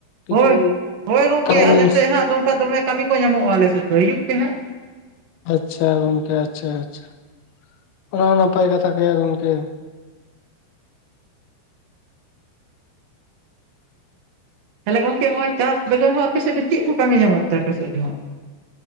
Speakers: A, on the left (about 75°); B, on the right (about 80°).
A: ᱠᱤᱪᱷᱩ
B: ᱦᱳᱭ ᱦᱳᱭ ᱜᱚᱝᱠᱮ
A: ᱠᱟᱹᱢᱤ
B: ᱟᱞᱮᱥᱮᱫ
A: ᱢᱩᱱᱤᱥ
B: ᱦᱟᱸᱜ ᱦᱩᱭ ᱜᱚᱝᱠᱮ ᱠᱟᱹᱢᱤ ᱠᱚ ᱧᱟᱢᱚᱜᱼᱟ ᱟᱞᱮᱥᱮᱫ ᱫᱚ ᱦᱤᱡᱩᱜ ᱯᱮ ᱦᱟᱸᱜ
A: ᱟᱪᱪᱷᱟ ᱜᱚᱢᱠᱮ ᱟᱪᱪᱷᱟ ᱟᱪᱪᱷᱟ ᱚᱱᱟ ᱦᱚᱸ ᱱᱟᱯᱟᱭ ᱠᱟᱛᱷᱟ ᱜᱮᱭᱟ ᱜᱚᱝᱠᱮ
B: ᱛᱟᱦᱚᱞᱮ ᱜᱚᱝᱠᱮ ᱚᱭ ᱪᱟᱥ ᱵᱮᱜᱚᱨ ᱦᱚᱸ ᱟᱯᱮ ᱥᱮᱫ ᱫᱚ ᱪᱮᱫ ᱠᱚ ᱠᱟᱹᱢᱤ ᱧᱟᱢᱚᱜ ᱛᱮ ᱟᱯᱮ ᱥᱮᱫ ᱦᱚᱸ